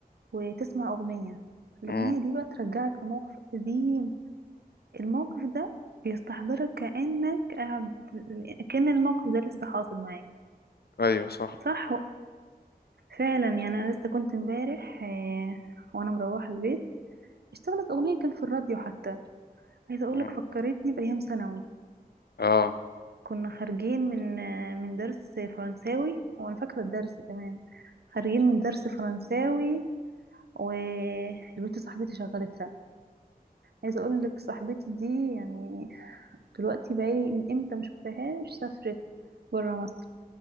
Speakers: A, on the right; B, on the left.
A: وتسمع اغنية الاغنية
B: امم
A: دي بقى ترجعك لموقف قديم الموقف ده بيستحضرك كأنك قاعد كأن الموقف ده لسه حاصل معاك
B: ايوه صح
A: صح فعلا يعني انا لسه كنت امبارح آه، وانا مروحة البيت اشتغلت اغنية كان في الراديو حتى عايزة اقولك
B: مم.
A: فكرتني بايام ثانوي
B: اه
A: كنا خارجين من آه، من درس فرنساوي وانا فاكرة الدرس كمان خارجين من درس فرنساوي والبنت صاحبتي شغلتها عايزه اقول لك صاحبتي دي يعني دلوقتي بقالي من امتى ما شفتهاش سافرت بره مصر